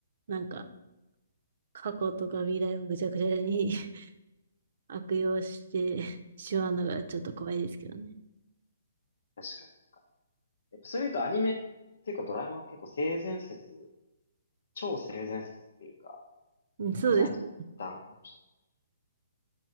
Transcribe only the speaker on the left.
うん。確かに。やっぱそういうとアニメっていうかドラえもんは結構性善説、超性善説っていうか、
じゃないとダメなのかもしれ